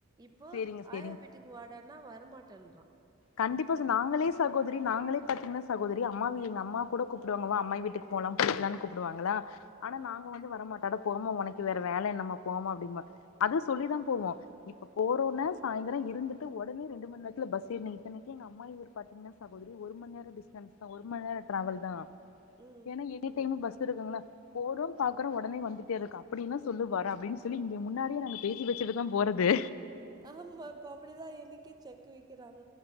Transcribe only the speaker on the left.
சேரிங்க சேரிங்க
கண்டிப்பா சிஸ் நாங்களேச் சகோதரி நாங்களே பாத்தீங்ன்னா சகோதரி அம்மா எங்க அம்மா கூட கூப்பிடுவாங்க வா அம்மாயி வீட்டுக்கு போலா குளிக்கலான்னு கூப்டுவாங்ளா ஆனா
நாங்க வந்து வரமாட்டோ அட போமா ஒனக்கு வேற வேல என்னம்மா போமா அப்டின்போ அதுவு சொல்லிதா போவோ இப்ப போறோனா
சாய்ந்தரோ இருந்துட்டு ஒடனே ரெண்டு மண் நேரத்துல பஸ் ஏறி இத்தனைக்கு எங்க அம்மாயி ஊரு பாத்தீங்ன்னா சகோதரி ஒரு மண் நேர டிஸ்டன்ஸ் தா ஒரு மண் நேரோ டிராவல் தா
ஏன்னா எனி
டைமு பஸ் இருக்குங்களா போறோ பாக்குறோ ஒடனே வந்துட்டே இருக்கோ அப்டினா சொல்லு வரோ அப்டின்னு சொ ல்லி இங்க முன்னாடியே நாங்க பேசி வச்சுட்டு தா போறது